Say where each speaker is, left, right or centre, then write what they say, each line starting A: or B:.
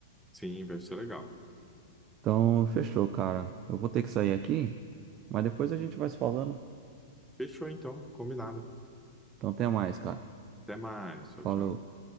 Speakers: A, in the centre; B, on the right.
A: Sim, vai ser legal.
B: Então, fechou, cara. Eu vou ter que sair aqui, mas depois a gente vai se falando.
A: Fechou então, combinado.
B: Então, até mais, cara.
A: Até mais. Tchau,
B: Falou.
A: tchau.